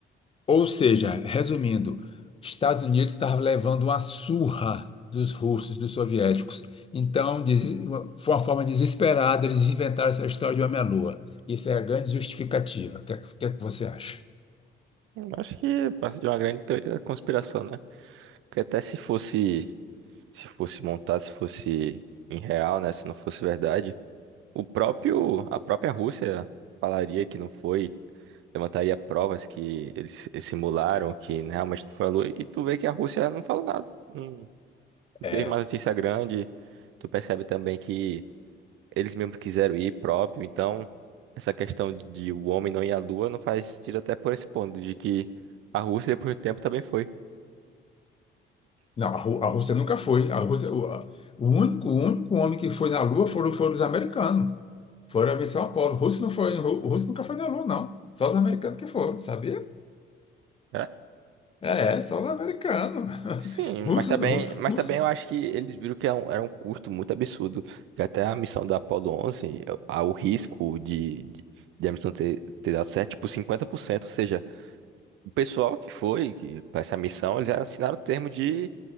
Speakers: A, on the left (about 30°); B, on the right (about 85°).
A: Ou seja, resumindo, Estados Unidos estava levando uma surra dos russos, dos soviéticos. Então, des- foi uma forma desesperada, eles inventaram essa história de homem-lua. à Isso é a grande justificativa. O que, é que o que é que você acha?
B: Eu Acho que passa de uma grande teoria da conspiração, né? Porque até se fosse, se fosse montar, se fosse em real, né? Se não fosse verdade, o próprio, a própria Rússia falaria que não foi, levantaria provas que eles eles simularam, que realmente não falou. E tu vê que a Rússia não falou nada. Não
A: É,
B: teve uma notícia grande. Tu percebe também que Eles mesmos quiseram ir próprio, então essa questão de o homem não ir à Lua não faz sentido até por esse ponto, de que a Rússia depois do tempo também foi.
A: não, a, Rú- a Rússia nunca foi. A Rússia, o, a- o único, o único homem que foi na Lua foram, foram os americanos. Foram a missão Apollo. O russo não foi, o russo nunca foi na Lua, não. Só os americanos que foram, sabia?
B: né?
A: É, só os americanos. <laughs>
B: Sim,
A: Russo,
B: mas também,
A: ru-
B: mas
A: russo.
B: também eu acho que eles viram que era um, era um custo muito absurdo, que até a missão da Apollo 11, a- o risco de, de, de a missão ter, ter dado certo, tipo cinquenta por cento ou seja, o pessoal que foi para essa missão, eles assinaram o termo de